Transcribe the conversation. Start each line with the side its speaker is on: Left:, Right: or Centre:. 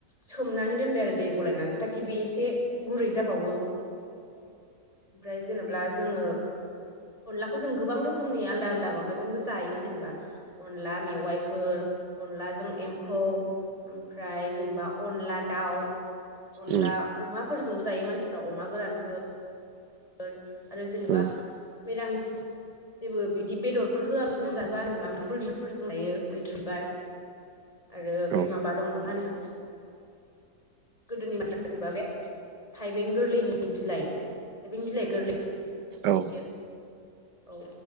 Left: सोमनानै दोनबाय आरो दै गलायनानै ताकि बे एसे गुरै जा बावो। ओमफ्राय जेनेब्ला जोङो अनलाखौ जों गोबां रोखोमनि आलदा आल दा माबाजोंबो जायो जेनेबा अनला मेवाइफोर अनलाजों एम्फौ ओमफ्राय जेनेबा अनला दाउ, अनला
Right: औ उम
Left: अमाफोरजोंबो जायो मानसिफ्रा अमा गोरानफोर आरो जेनेबा
Right: उम
Left: मिरामिस जेबो बिदि बेदरफोर होआलासेनो जानोबा जेनेबा मुदुफुल बिबारफोरजों जायो मैथ्रु बिबार। आरो
Right: औ
Left: बे माबा दङ मा होनो गोदोनि मानसिया जेनबा बे थाइबें गोरलैनि बिलाइ थाइबें बिलाइ गोरलै
Right: औ उम
Left: <unintelligible> औ